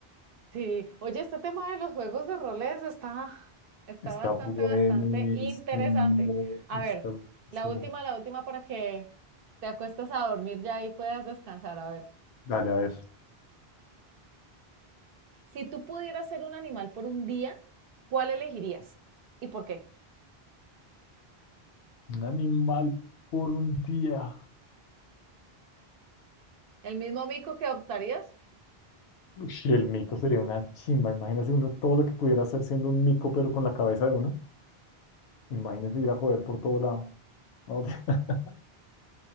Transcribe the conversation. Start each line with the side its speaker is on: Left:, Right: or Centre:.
Right: Sí, oye, este tema de los juegos de roles está, está
Left: Está
Right: bastante,
Left: buenísimo.
Right: bastante interesante. A
Left: Está
Right: ver,
Left: buenísimo.
Right: la última, la última para que te acuestes a dormir ya y puedas descansar. A ver,
Left: Dale, a ver.
Right: si tú pudieras ser un animal por un día, ¿cuál elegirías? ¿Y por qué?
Left: Un animal por un día.
Right: ¿El mismo mico que adoptarías?
Left: Ush, y el mico sería una chimba. Imagínese uno todo lo que pudiera hacer siendo un mico, pero con la cabeza de uno. Imagínese ir a joder por todo lado. ¿no? <laughs>